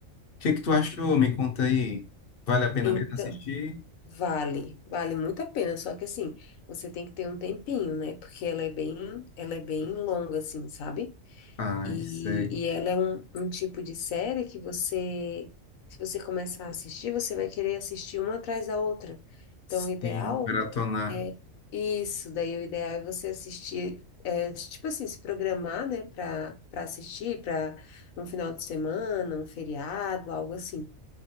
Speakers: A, on the left; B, on the left.
A: que que tu achou? Me conta aí. Vale a pena
B: Então,
A: mesmo assistir?
B: vale, vale muito a pena, só que assim, você tem que ter um tempinho, né? Porque ela é bem, ela é bem longa assim, sabe?
A: Ah,
B: E,
A: sei.
B: e ela é um, um tipo de série que você, se você começar a assistir, você vai querer assistir uma atrás da outra. Então,
A: Sim,
B: o ideal
A: maratonar.
B: é isso. Daí, o ideal é você assistir, é, tipo assim, se programar, né, para para assistir, para um final de semana, um feriado, algo assim.